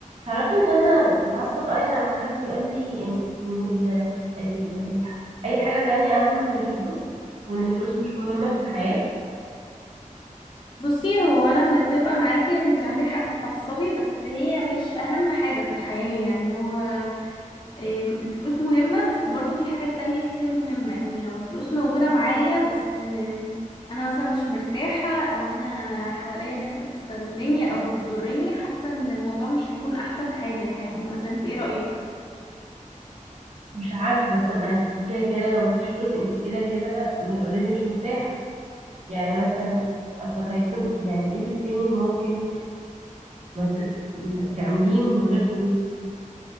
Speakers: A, on the right; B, on the left.
A: تعرفي ان انا بتعصب قوي لما حد يقول لي ان إن ال... ال... ال... اي حاجه تانية اهم من الفلوس وان الفلوس مش مهمه في الحياه
B: بصي هو انا متفقه معاكي انت عندك حق تتعصبي بس هي مش اهم حاجه في الحياه يعني هو آم، الفلوس مهمه بس برضو في حاجات تانية كتير مهمه يعني لو الفلوس موجوده معايا بس آم، انا مثلا مش مرتاحه او انا حواليا ناس بتستغلني او بتضرني حاسه ان الموضوع مش هيكون احسن حاجه يعني ولا انت ايه رايك
A: مش عارفه بس ما انت كده كده لو مفيش فلوس انت كده كده اوريدي مش مرتاحه يعني مثلا قصدك هيكون يعني ايه التاني اللي ممكن ما ت... ما تعمليه من غير فلوس